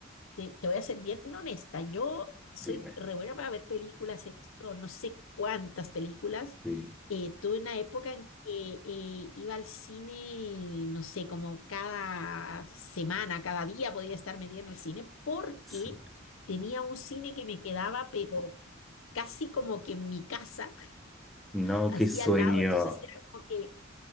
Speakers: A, on the left; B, in the centre.
A: Te, te voy a ser bien honesta, yo soy
B: Dime.
A: re buena para ver películas, he visto no sé cuántas películas.
B: Sí.
A: Eh, tuve una época en que eh, iba al cine, no sé, como cada semana, cada día podía estar metida en el cine porque
B: Sí.
A: tenía un cine que me quedaba, pero casi como que en mi casa,
B: No,
A: <laughs> así
B: qué sueño.
A: al lado, entonces era como que